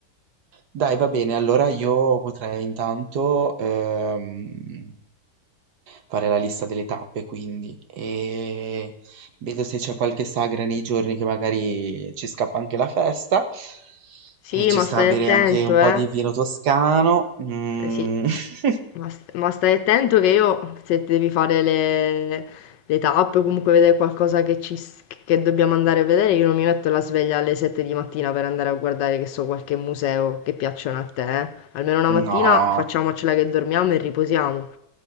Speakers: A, on the right (about 60°); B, on the left (about 75°).
A: Dai, va bene, allora io potrei intanto ehm, fare la lista delle tappe, quindi, e vedo se c'è qualche sagra nei giorni che magari ci scappa anche la festa.
B: Sì,
A: Eh, ci
B: ma
A: sta
B: stai
A: a bere
B: attento,
A: anche un po'
B: eh.
A: di vino toscano. Mm,
B: Eh sì,
A: <laughs>
B: ma, st- ma stai attento che io, se ti devi fare le, le tappe o comunque vedere qualcosa che, ci, s- che dobbiamo andare a vedere, io non mi metto la sveglia alle 7 di mattina per andare a guardare, che so, qualche museo che piacciono a te, eh. Almeno una mattina
A: No,
B: facciamocela che dormiamo e riposiamo.